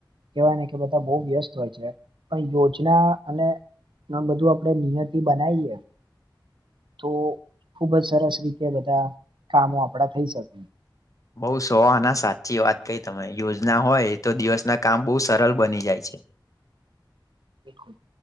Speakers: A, on the right; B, on the left.
A: કેવાય ને કે બધા બો વ્યસ્ત હોય છે પણ યોજના અને એ બધું આપણે નિયતિ બનાવીએ તો ખુબ જ સરસ રીતે બધા કામો આપડા થઈ શકે
B: બોવ સોહના સાચી વાત કઈ તમે યોજના હોય તો દિવસના કામ બોવ સરલ બની જાય છે. <inaudible>
A: બિલકુલ